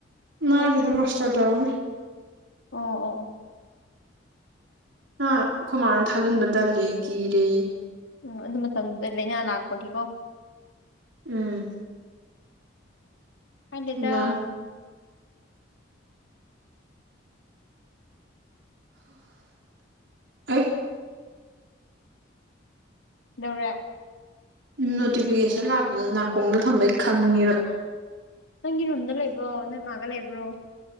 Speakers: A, on the left; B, on the right.
A: ꯑꯣ
B: ꯃꯥ ꯁꯤꯗ ꯃꯥꯁꯇꯔ ꯇꯧꯔꯅꯤ
A: ꯑꯣ ꯑꯣ ꯑꯣ
B: ꯃꯥ ꯑꯈꯣꯏꯃꯥꯅ ꯊꯥꯖꯤꯟꯕ ꯇꯜꯂꯦ ꯀꯤꯔꯦꯌꯦ
A: ꯎꯝ ꯑꯗꯨ ꯃꯇꯝꯗꯩꯗ ꯂꯩꯏꯅꯥ ꯂꯥꯛꯄꯒꯤꯀꯣ
B: ꯎꯝ
A: ꯍꯥꯏꯗꯦꯗ
B: ꯃꯥ ꯑꯩ
A: ꯀꯩꯗꯧꯔꯦ
B: ꯅꯣꯇꯤꯐꯤꯀꯦꯁꯟ ꯂꯥꯛꯄꯗꯣ ꯅꯀꯣꯡꯗ ꯊꯝꯕꯩ ꯈꯪꯉꯤꯕ
A: ꯅꯪꯒꯤ ꯔꯨꯝꯗ ꯂꯩꯕ꯭ꯔꯣ ꯅꯣꯏ ꯃꯥꯒ ꯂꯩꯕ꯭ꯔꯣ